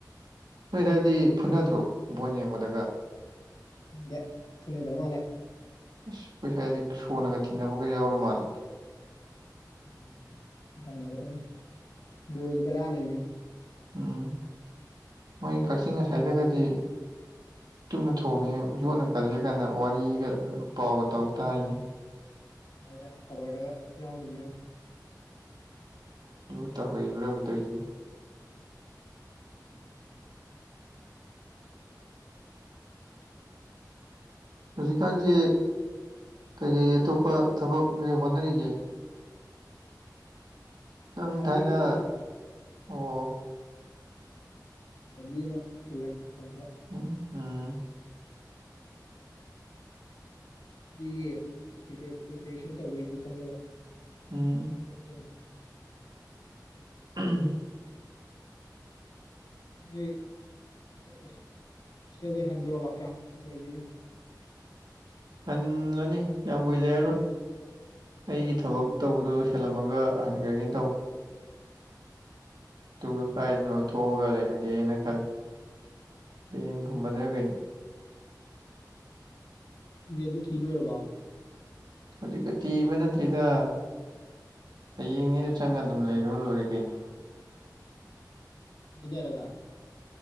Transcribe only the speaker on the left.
ꯈꯪꯗꯦ ꯐꯨꯅꯗ ꯃꯥꯟꯂꯦ
<unintelligible> ꯕ꯭ꯔꯣ ꯑꯗꯨ ꯕꯦꯔꯥꯅꯦꯃꯤ
ꯇꯥꯏ ꯇꯥꯏ ꯈꯕꯔꯗꯒ ꯌꯥꯎꯒꯤꯕꯅꯤ ꯌꯥꯝ
<inaudible>
ꯂꯥꯏꯕ꯭ꯔꯦꯔꯤꯗ
ꯆꯠꯂꯤ
<unintelligible> ꯑꯃ ꯄꯨꯔꯦ ꯃꯇꯝ ꯈꯔ
<unintelligible> ꯄ꯭ꯔꯤꯄꯦꯔꯦꯁꯟ ꯇꯧꯕꯩꯁꯨ ꯈꯜꯂꯒ
<unintelligible>
ꯑꯩ ꯍꯣꯁꯇꯦꯜꯗꯩ ꯍꯟꯗꯣꯔꯣꯕ ꯀꯌꯥꯝ ꯂꯩꯒꯤꯅꯤ
ꯔꯦꯟꯗꯤ ꯊꯤ ꯂꯣꯏꯔꯕꯣ
ꯍꯥꯏꯅꯔꯒ